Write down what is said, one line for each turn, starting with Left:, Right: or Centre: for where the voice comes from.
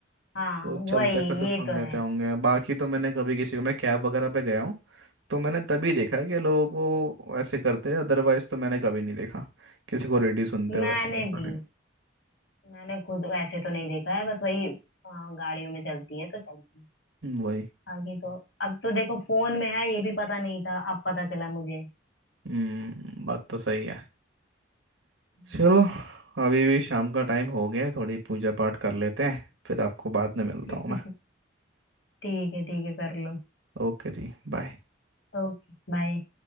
Left: हाँ
Right: वो
Left: वही
Right: चलते फिरते
Left: ये
Right: सुन
Left: तो
Right: लेते
Left: है
Right: होंगे बाकी तो मैंने कभी किसी को मैं कैब वगैरह पे गया हूँ तो मैंने तभी देखा है कि लोगों को ऐसे करते हैं अदरवाइज तो मैंने कभी नहीं देखा किसी को रेडियो सुनते हुए
Left: मैंने
Right: ऐसे पता
Left: भी
Right: नहीं
Left: मैंने खुद ऐसे तो नहीं देखा है बस वही हाँ, गाड़ियों में चलती है तो चलती है
Right: हम्म, वही
Left: बाकी तो अब तो देखो फोन में है ये भी पता नहीं था अब पता चला मुझे
Right: हम्म बात तो सही है
Left: हम्म।
Right: चलो अभी भी शाम का टाइम हो गया है, थोड़ी पूजा पाठ कर लेते हैं फिर आपको बाद में मिलता
Left: <laughs>
Right: हूँ मैं
Left: ठीक है ठीक है कर लो
Right: ओके जी बाय
Left: Okay bye